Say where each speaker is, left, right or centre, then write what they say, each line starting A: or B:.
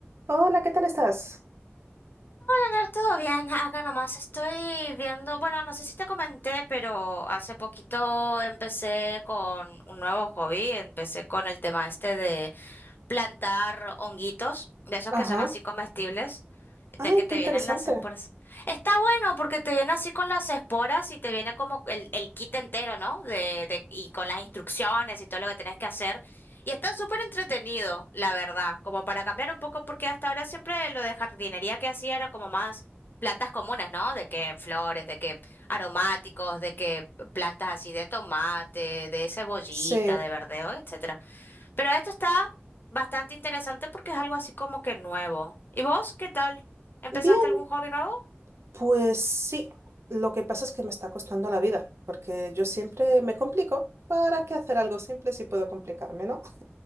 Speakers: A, on the right; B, on the left.
A: Hola, ¿qué tal estás?
B: ganar todo bien, acá nomás estoy viendo, bueno, no sé si te comenté, pero hace poquito empecé con un nuevo hobby, empecé con el tema este plantar honguitos, de esos
A: Ajá.
B: que son así comestibles, de
A: Ay,
B: que te
A: qué interesante.
B: vienen las esporas. Está bueno porque te viene así con las esporas y te viene como el, el kit entero, ¿no? De, de, y con las instrucciones y todo lo que tenés que hacer. Y está súper entretenido, la verdad, como para cambiar un poco, porque hasta ahora siempre lo de jardinería que hacía era como más plantas comunes, ¿no? De que flores, de que aromáticos, de que plantas así de tomate, de cebollita,
A: Sí.
B: de verdeo, etcétera. Pero esto está bastante interesante porque es algo así como que nuevo. ¿Y vos qué tal? ¿Empezaste
A: Bien,
B: algún hobby nuevo?
A: pues sí. Lo que pasa es que me está costando la vida, porque yo siempre me complico. ¿Para qué hacer algo simple si puedo complicarme, no?